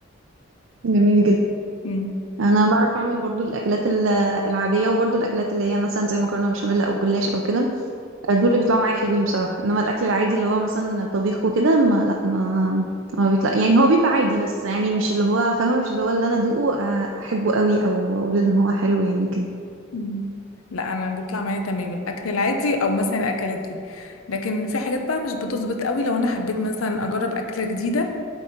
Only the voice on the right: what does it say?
جميل جدا
انا بعرف اعمل برضو الاكلات ال- العادية وبرضو الاكلات اللي هي مثلا زي مكرونة بشاميل او جلاش او كده دول اللي بيطلعوا معايا حلوين بصراحة انما الاكل العادي اللي هو مثلا طبيخ وكده ما لا ما ما بيطلع يعني هو بيبقى عادي بس يعني مش اللي هو فاهمة مش اللي هو اللي انا ادوقه آه، احبه قوي او اقول ان هو حلو يعني كده